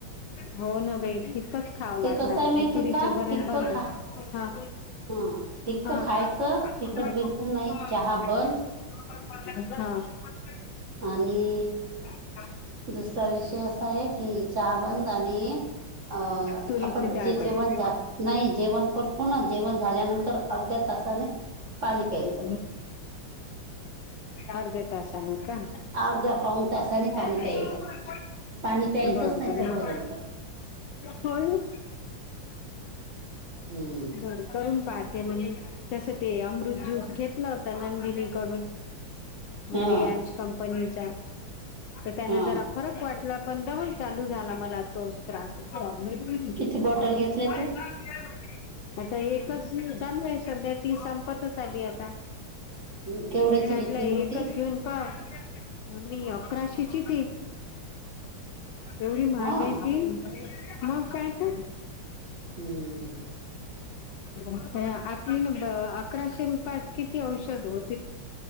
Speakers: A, on the left; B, on the right.
A: हो ना बाई फ खावं
B: ते
A: लागणार
B: कसं आहे माहितीय
A: तुरीच
B: का
A: बरण
B: फिक्क
A: बंद
B: खा
A: हा
B: ह फिक्क
A: हा
B: खायचं
A: अच्छा
B: तिखट बिलकुल नाही चहा बंद
A: <inaudible>
B: आणि
A: ह
B: दुसरा विषय असा आहे की चहा बंद आणि अ
A: तुरीचे
B: आपण
A: डाबण
B: जे जेवण
A: <unintelligible> <inaudible> <unintelligible>
B: झा नाही जेवण करतो ना जेवण झाल्यानंतर अर्ध्या तासाने पाणी प्यायचं
A: ह
B: <inaudible>
A: अर्धा तासांन, का
B: अर्धा पाऊन तासाने
A: बरं
B: पाणी प्यायचं पाणी प्यायचंच
A: बर
B: नाही तोपर्यंत
A: म हो
B: हम्म
A: बर करून पाहते ना तसं ते अमृत ज्यूस घेतला होता नंदिनीकडून
B: हा
A: रि्यान्स कंपनी तर त्यांना
B: हा
A: ज फरक वाटला. पण डबल चालू झाला मला तोच त्रास <unintelligible> <inaudible> <unintelligible>
B: किती बॉटल घेतल्या तू
A: आता एकच चालू आहे सध्या ती संपतच आली आता,
B: केवढ्याची
A: म्हटलंय
B: घेतली मग
A: एकच
B: ती
A: घेऊन पहा. मी अकराशेची तेे एवढी महाग
B: हा
A: आहे ती मग काय त
B: हम्म
A: वाठण <inaudible> आपली अकराशे रुपयात किती औषध होत.